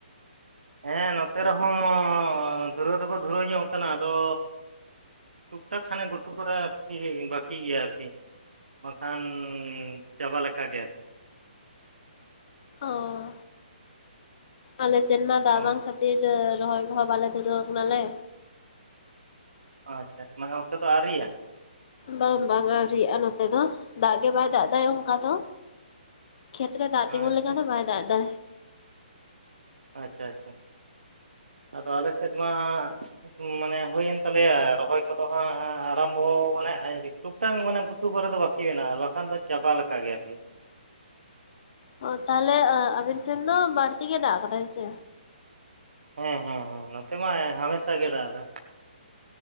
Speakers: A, on the right; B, on the left.
A: ᱦᱮᱸ ᱱᱚᱛᱮ ᱨᱮᱦᱚᱸ ᱫᱷᱩᱨᱟᱹ ᱫᱚ ᱠᱚ ᱫᱷᱩᱨᱟᱹᱣ ᱧᱚᱜ ᱠᱟᱱᱟ ᱟᱫᱚ ᱴᱩᱠ ᱴᱟᱠ ᱠᱷᱟᱱᱮ ᱜᱷᱩᱴᱩ ᱠᱚᱨᱮ ᱟᱨᱠᱤ ᱵᱟᱠᱤ ᱜᱮᱭᱟ ᱟᱨᱠᱤ ᱵᱟ ᱠᱷᱟᱱ ᱪᱟᱵᱟ ᱞᱮᱠᱟ ᱜᱮᱭᱟ
B: ᱚᱸ ᱟᱞᱮ ᱥᱮᱫ ᱢᱟ ᱫᱟᱜ
A: ᱚ
B: ᱵᱟᱝ ᱠᱷᱟᱹᱛᱤᱨ ᱨᱚᱦᱚᱭ ᱦᱚᱸ ᱵᱟᱞᱮ ᱫᱷᱩᱨᱟᱹᱣ ᱠᱟᱱᱟ ᱞᱮ
A: ᱟᱪᱪᱷᱟ ᱢᱟᱱᱮ ᱚᱱᱛᱮ ᱫᱚ ᱟᱹᱣᱨᱤᱭᱟ
B: ᱵᱟᱝ ᱵᱟᱝ ᱟᱹᱣᱨᱤᱭᱟᱜ-ᱟ ᱱᱚᱛᱮ ᱫᱚ ᱫᱟᱜ ᱜᱮ ᱵᱟᱭ ᱫᱟᱜ ᱮᱫᱟ ᱚᱱᱠᱟ ᱫᱚ ᱠᱷᱮᱛ ᱨᱮ ᱫᱟᱜ
A: ᱟᱪᱪᱷᱟ
B: ᱛᱤᱸᱜᱩᱱ ᱞᱮᱠᱟ ᱫᱚ ᱵᱟᱭ ᱫᱟᱜ ᱮᱫᱟ
A: ᱟᱪᱪᱷᱟ ᱟᱪᱪᱷᱟ ᱟᱫᱚ ᱟᱞᱮ ᱥᱮᱫ ᱢᱟ ᱢᱟᱱᱮ ᱦᱩᱭᱮᱱ ᱛᱟᱞᱮᱭᱟ ᱨᱚᱦᱚᱭ ᱠᱚᱫᱚ ᱦᱟᱸᱜ ᱟᱨᱟᱢᱵᱚ ᱢᱟᱱᱮ ᱟᱭᱨᱤ ᱴᱩᱠ ᱴᱟᱝ ᱢᱟᱱᱮ ᱜᱷᱩᱴᱩ ᱠᱚ ᱨᱮ ᱫᱚ ᱵᱟᱹᱠᱤ ᱢᱮᱱᱟᱜ-ᱟ ᱵᱟᱠᱷᱟᱱ ᱫᱚ ᱪᱟᱵᱟ ᱞᱮᱠᱟ ᱜᱮ ᱟᱨᱠᱤ
B: ᱚᱸ ᱛᱟᱦᱚᱼᱞᱮ ᱟᱵᱤᱱ ᱥᱮᱱ ᱫᱚ ᱵᱟᱹᱲ ᱛᱤ ᱜᱮ ᱫᱟᱜ ᱟᱠᱟᱫᱟᱭ ᱥᱮ
A: ᱦᱮᱸ ᱦᱮᱸ ᱦᱮᱸ ᱱᱚ ᱛᱮ ᱢᱟ ᱦᱟᱢᱮ ᱥᱟ ᱜᱮ ᱫᱟᱜ ᱟᱠᱟᱫ